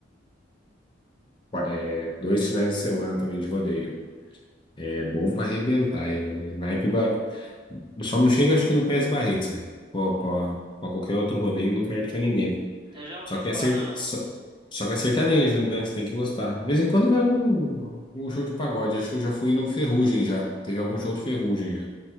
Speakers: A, on the left; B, on the right.
A: Qua- É, dois finais de semana também de rodeio. É bom pra arrebentar. É, naipe ba- Só não chega, acho que no PS Barretos, velho. Pô, Pra pra qualquer outro rodeio, não perde pra ninguém.
B: Eu já ouvi
A: Só que é
B: falar
A: cert...
B: no.
A: só... só que é sertanejo, né? Você tem que gostar. De vez em quando vai algum... algum show de pagode. Acho que eu já fui no Ferrugem já. Teve algum show do Ferrugem já.